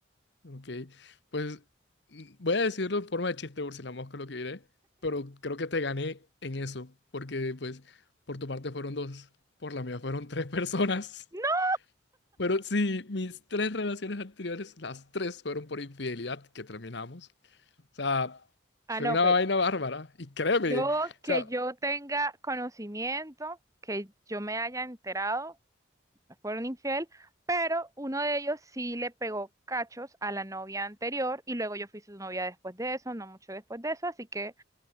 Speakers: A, on the left; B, on the right.
A: Ok. Pues mm, voy a decirlo en forma de chiste, Úrsula Mosca, lo que diré, pero creo que te gané en eso, porque pues por tu parte fueron dos, por la mía fueron <laughs> tres personas.
B: No.
A: Pero sí, mis tres relaciones anteriores, las tres fueron por infidelidad que terminamos. O sea, fue
B: Ah, no,
A: una
B: pues
A: vaina bárbara. Y créeme,
B: yo
A: o
B: que
A: sea,
B: yo tenga conocimiento, que yo me haya enterado, me fueron infiel, pero uno de ellos sí le pegó cachos a la novia anterior y luego yo fui su novia después de eso, no mucho después de eso, así que